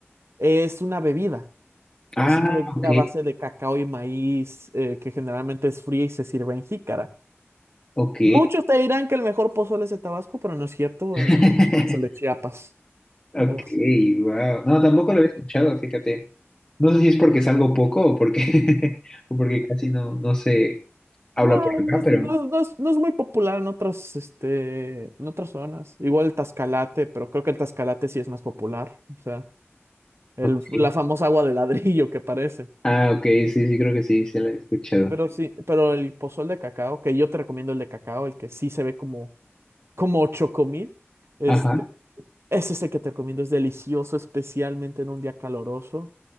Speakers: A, on the right (about 65°); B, on the left (about 25°).
A: Es una bebida.
B: Ah,
A: Es una bebida
B: ok,
A: a base de cacao y maíz, eh, que generalmente es fría y se sirve en jícara.
B: ok.
A: Muchos te dirán que el mejor pozole es de Tabasco, pero no es cierto.
B: <laughs>
A: El mejor es el de Chiapas.
B: Ok,
A: Es-
B: wow. No, tampoco lo había escuchado, fíjate. No sé si es porque salgo poco o porque, <laughs> o porque casi no, no se habla
A: No,
B: por acá,
A: no, es
B: pero.
A: no es- no es- no es muy popular en otras, este, en otras zonas. Igual el Tascalate, pero creo que el Tascalate sí es más popular. O sea, el,
B: ok.
A: la famosa agua de ladrillo que parece.
B: Ah, ok, sí, sí, creo que sí, se lo he escuchado.
A: Pero sí, pero el pozol de cacao, que yo te recomiendo el de cacao, el que sí se ve como, como chocomil, este,
B: Ajá.
A: ese es el que te recomiendo, es delicioso, especialmente en un día caloroso.